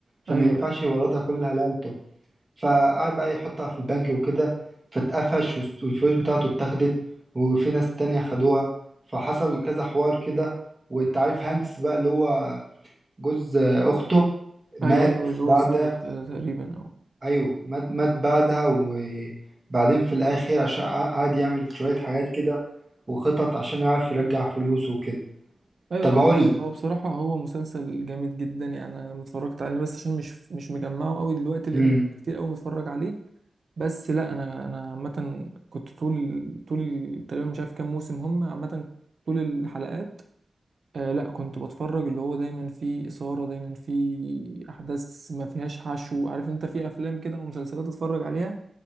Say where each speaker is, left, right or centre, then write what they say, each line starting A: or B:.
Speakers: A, on the right; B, on the right.
A: فما
B: ايوه
A: ينفعش
B: ايوه
A: يوردها كلها لعيلته فقعد بقى يحطها في البنك وكده فاتقفش والفلوس بتاعته اتاخدت وفي ناس تانية خدوها فحصل كذا حوار كده والتعريف هانكس بقى اللي هو جوز اخته مات
B: ايوه ايوه اللي هو
A: بعد
B: الظابط آه، تقريبا او
A: ايوه مات مات بعدها وبعدين في الاخر عشان قع- قعد يعمل شوية حاجات كده وخطط عشان يعرف يرجع فلوسه وكده
B: ايوه
A: طب
B: ايوه
A: اقول
B: لا
A: لك
B: هو بصراحه هو مسلسل جامد جدا يعني انا لما اتفرجت عليه بس عشان مش مش مجمعه قوي دلوقتي لان
A: امم
B: كتير قوي متفرج عليه بس لا انا انا عامه كنت طول طول ال- تقريبا مش عارف كام موسم هم عامه طول الحلقات آه لا كنت بتفرج اللي هو دايما فيه إثارة دايما فيه أحداث ما فيهاش حشو عارف انت في أفلام كده أو مسلسلات تتفرج عليها